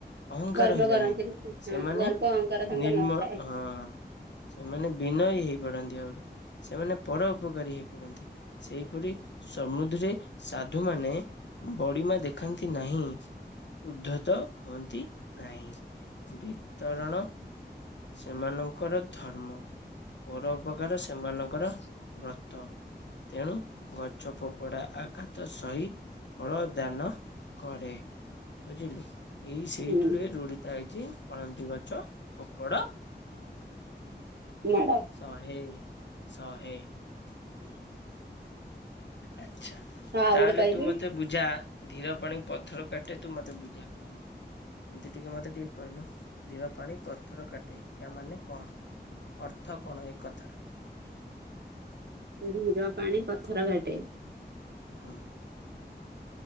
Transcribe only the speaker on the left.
ଅହଂକାର
ହେଲେ
ନାଇଁ
ସେମାନେ
ନିର୍ମ
ହଁ ସେମାନେ ବିନୟ ହେଇ ପାରନ୍ତି ଆଗରେ ସେମାନେ ପର ଉପକାରୀ ହେଇ ପଡନ୍ତି ସେଇପରି ସମୁଧରେ ସାଧୁ ମାନେ ବଡିମା ଦେଖାନ୍ତି ନାହିଁ, ଉଦ୍ଧତ ହୁଅନ୍ତି। ନାହିଁ, ବିତରଣ ସେମାନଙ୍କର ଧର୍ମ। ପର ଉପକାର ସେମାନଙ୍କର ବ୍ରତ। ତେଣୁ ଗଛ ଫୋପଡା ଆଘାତ ସହି ଫଳ ଦାନ କରେ ବୁଝିଲୁ, ଏଇ
ଋତୁରେ ରୋଡ଼ିିତ ଆଇଛି ଫଳନ୍ଦୀ ଗଛ ଫୋପଡ଼
ଶହେ ଶହେ ଉଁ ଆଚ୍ଛା
ତାହେଲେ
ତୁ ମତେ ବୁଝ ଯା ଧୀର ପାଣି ପଥର କାଟେ ତୁ ମତେ ବୁଝା କଣ? ଏମିତି ଟିକେ ମତେ ଟିକେ କହିଲୁ ଧିର ପାଣି ପଥର କାଟେ ୟା ମାନେ କଣ? ଅର୍ଥ କଣ ଏ କଥାର?
ହୁଁ।